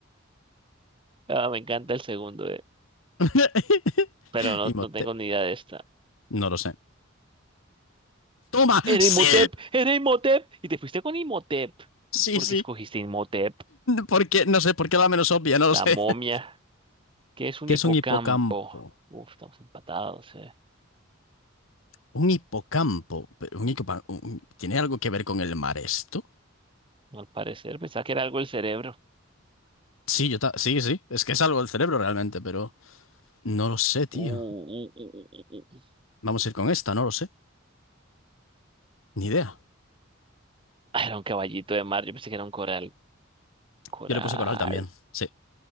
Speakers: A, on the right; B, on the left.
A: Ah, me encanta el segundo, eh.
B: <laughs>
A: pero no,
B: Y Mote-
A: no tengo ni idea de esta.
B: No lo sé. ¡Toma!
A: Era
B: ¡Sí!
A: Imhotep, era Imhotep. Y te fuiste con Imhotep.
B: Sí,
A: ¿Por
B: sí.
A: qué escogiste Imhotep?
B: ¿Por qué? No sé, ¿por qué la menos obvia? No lo
A: La
B: sé.
A: momia.
B: <laughs>
A: ¿Qué es un
B: ¿Qué
A: hipocampo?
B: es un hipocampo?
A: Uf, estamos empatados, eh.
B: Un hipocampo. Pero un hipopa- un- ¿Tiene algo que ver con el mar esto?
A: Al parecer pensaba que era algo el cerebro.
B: Sí, yo ta- sí, sí. Es que es algo del cerebro realmente, pero. No lo sé, tío.
A: Uh, uh, uh, uh, uh, uh. uh.
B: Vamos a ir con esta, no lo sé. Ni idea.
A: Ah, Era un caballito de mar, yo pensé que era un coral. Coral.
B: Yo le puse Coral también. Sí.